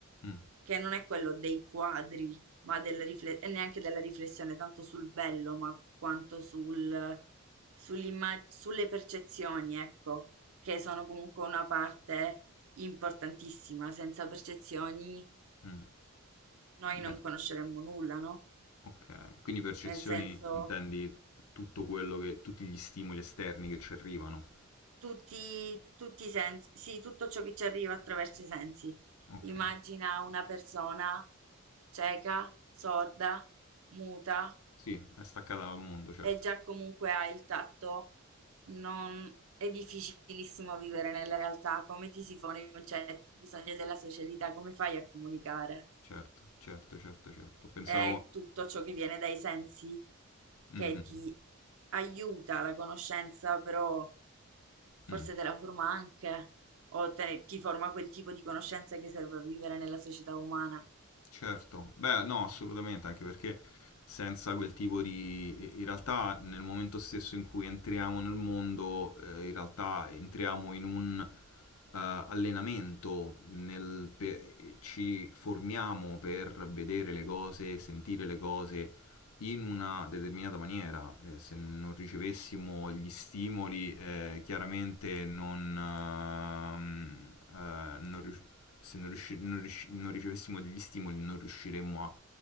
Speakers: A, on the left; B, on the right.
A: Mm,
B: che non è quello dei quadri, ma della rifle- e neanche della riflessione tanto sul bello, ma quanto sul, sull'imma- sulle percezioni, ecco, che sono comunque una parte importantissima. Senza percezioni
A: mm.
B: noi non
A: Eh,
B: conosceremmo nulla, no?
A: ok. Quindi percezioni
B: Nel senso...
A: intendi tutto quello che, tutti gli stimoli esterni che ci arrivano.
B: tutti, tutti i sensi, sì, tutto ciò che ci arriva attraverso i sensi.
A: Ok.
B: Immagina una persona cieca, sorda, muta
A: Sì, è staccata dal mondo, certo.
B: e già comunque ha il tatto. Non... È difficilissimo vivere nella realtà, come ti si fanno i concetti, i bisogni della socialità, come fai a comunicare?
A: Certo, certo, certo, certo. Pensavo...
B: è tutto ciò che viene dai sensi,
A: Mhm,
B: che
A: mm.
B: ti aiuta la conoscenza, però forse
A: mm.
B: te la forma anche, o te ne- ti forma quel tipo di conoscenza che serve a vivere nella società umana.
A: Certo, beh, no, assolutamente, anche perché senza quel tipo di... In realtà nel momento stesso in cui entriamo nel mondo, eh, in realtà entriamo in un eh, allenamento, nel... pe- ci formiamo per vedere le cose, sentire le cose in una determinata maniera. Eh, se non ricevessimo gli stimoli, eh, chiaramente non, ehm, eh, non rius- se non, riusci- non riusci- non ricevessimo degli stimoli, non riusciremmo a